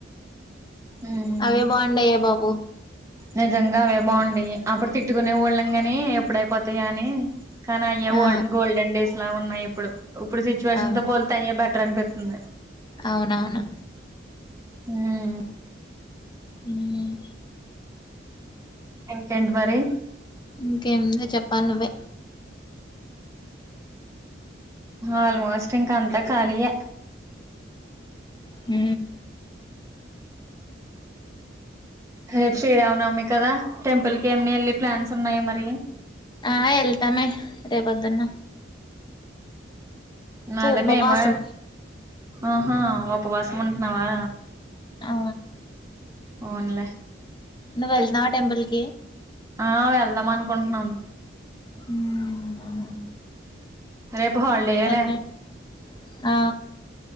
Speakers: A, on the right; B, on the left.
A: ఉమ్
B: అవే బాగుడాయా బాబు
A: నిజంగా అవే బాగుండి అప్పుడు తిట్టుకునే వాఊళ్ళం గాని ఎప్పుడయిపోతాయ అని కనీఓల్
B: ఆ
A: గోల్డన్ డే అట్లా ఉన్నాయి ఇప్పుడు ఇప్పుడు సిచ్యవేషన్
B: అవును
A: తో పోతయ బెటర్ అపి ఉ
B: అవునవును
A: హమ్
B: హమ్
A: ఎంకెంటి మరి
B: ఇంకేముంది చెప్పాలి నువ్వే
A: ఆల్మోస్ట్ ఇంకా అంతా ఖాళీయ
B: హ
A: రేపు శ్రీరావునమి కదా టెంపుల్ కి ఏమిని వెళ్ళి ప్లాన్స్ ఉన్నాయి మరి
B: ఆ వెళ్తామే రేపుదున్న
A: అ అద
B: ఉపవాసం
A: మే మా ఆహ ఇప్పు వాసం ఉంటన్నావా
B: ఆ
A: ఓవునులే
B: ను వెల్నా టెంపుిల్ క
A: ఆ వెళ్దాం అనుకుంటున్నాం
B: ఉమ్ అవును
A: రే హల్డే అాల
B: వెళ్ళండి ఆ